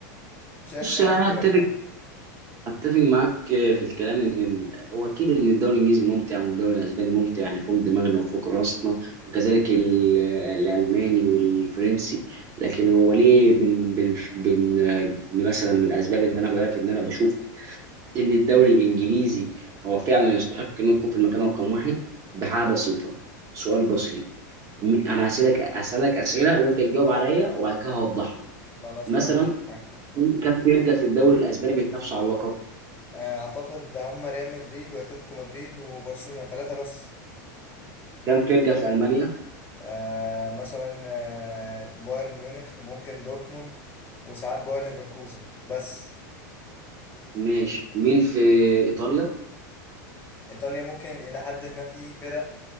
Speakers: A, on the left (about 20°); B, on the right (about 30°).
A: شايف
B: بص
A: اللي
B: يعني
A: انا قلته
B: انا اتفق
A: لك يعني
B: اتفق معاك في الكلام ان ال- هو اكيد ان الدوري الانجليزي ممتع وان الدوري الاسباني ممتع يعني فوق دماغنا وفوق راسنا وكذلك ال- الالماني والفرنسي لكن هو ليه من من من مثلا من اسباب ان انا بقول لك ان انا بشوف ان الدوري الانجليزي هو فعلا يستحق انه يكون في المكان رقم واحد بحاجه بسيطه سؤال بسيط م- انا هسالك هسالك اسئله وانت تجاوب عليا وبعد كده هوضح لك
A: خلاص
B: مثلا
A: تمام معاك.
B: كام فرقة في الدوري الأسباني بيتنافسوا على اللقب؟
A: آه، اعتقد هم ريال مدريد واتلتيكو مدريد وبرشلونة ثلاثة بس
B: كام فرقة في ألمانيا؟
A: آه، مثلا آه، بايرن ميونخ ممكن دورتموند وساعات باير ليفركوزن بس
B: ماشي مين في إيطاليا؟
A: ايطاليا ممكن الى حد ما في فرق